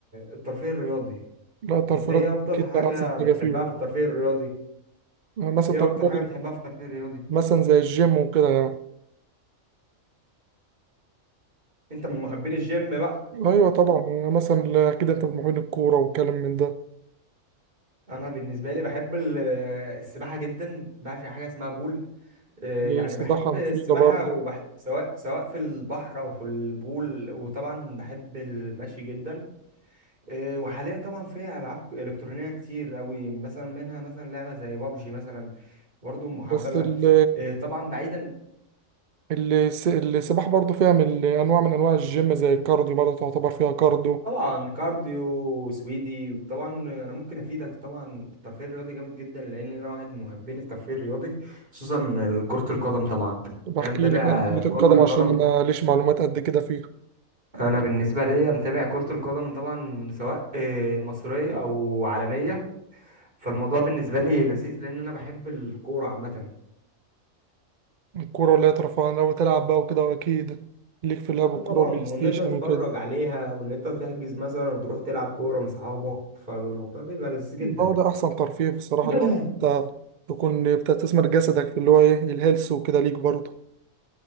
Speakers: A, on the right; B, on the right.
A: الترفيه الرياضي
B: لا الترفيهات
A: انت ايه
B: دي
A: افضل
B: اكيد
A: حاجة
B: بقى احسن
A: بتحبها
B: حاجه فيهم
A: في الترفيه الرياضي
B: آه، مثلا
A: ايه
B: الترفيهات
A: اكتر حاجة
B: ال-
A: بتحبها في الترفيه الرياضي
B: مثلا زي الجيم وكده يعني
A: انت من محبين الجيم بقى
B: ايوه طبعا يعني مثلا اكيد انت بتمرين الكوره والكلام من ده
A: انا بالنسبه لي بحب ال- السباحه جدا بعشق حاجه اسمها بول آه، يعني
B: السباحه
A: بحب
B: مفيده
A: السباحه
B: برضه
A: وبح... سواء سواء في البحر او في البول وطبعا بحب المشي جدا آه، وحاليا طبعا في العاب الكترونيه كتير قوي مثلا منها مثلا لعبه زي بابجي مثلا برضو محببه
B: بس ال-
A: آه، طبعا بعيدا
B: الس- السباحة برضو فيها من أنواع من أنواع الجيم زي الكارديو برضو تعتبر فيها كارديو
A: طبعا كارديو سويدي طبعا انا ممكن افيدك طبعا الترفيه الرياضي جامد جدا لان انا واحد من محبين الترفيه الرياضي خصوصا كرة القدم طبعا
B: بحكي
A: انا متابع
B: لك عن كرة
A: كرة
B: القدم
A: القدم
B: عشان أنا ليش معلومات قد كده فيها
A: انا بالنسبة ليا متابع كرة القدم طبعا سواء آه، مصرية او عالمية فالموضوع بالنسبة لي لذيذ لان انا بحب الكورة عامة
B: الكورة اللي هي ترفيه أنا بتلعب بقى وكده وأكيد ليك في لعب
A: اه
B: الكورة
A: طبعا
B: والبلاي ستيشن
A: وان انت تتفرج
B: وكده
A: عليها وان انت تحجز مثلا وتروح تلعب كورة مع اصحابك فالموضوع بيبقى لذيذ جدا
B: هو ده أحسن ترفيه بصراحة
A: <clears throat>
B: اللي هو أنت تكون بتستثمر جسدك في اللي هو إيه الهيلث وكده ليك برضه